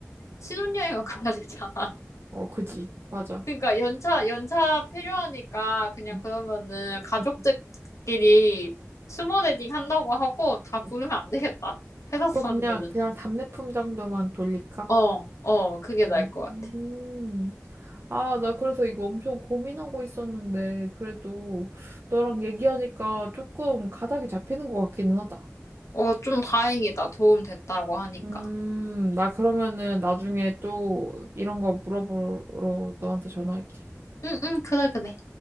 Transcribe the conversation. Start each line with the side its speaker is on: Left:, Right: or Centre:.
Left: 신혼여행을 가야 되잖아.
Right: 어 그지 맞아.
Left: 그러니까 연차 연차 필요하니까 그냥
Right: 응,
Left: 그러면은 가족들끼리
Right: 응,
Left: 스몰 웨딩 한다고 하고 다
Right: 응.
Left: 부르면 안 되겠다. 회사
Right: 그럼
Left: 사람들은.
Right: 그냥 그냥 답례품 정도만 돌릴까?
Left: 어, 어, 그게
Right: 음.
Left: 나을 것 같아.
Right: 아, 나 그래서 이거 엄청 고민하고 있었는데, 그래도 너랑 얘기하니까 조금 가닥이 잡히는 것 같기는 하다.
Left: 어, 좀 다행이다. 도움 됐다고 하니까.
Right: 음, 나 그러면은 나중에 또 이런 거 물어보러 너한테 전화할게.
Left: 응, 응, 그래, 그래.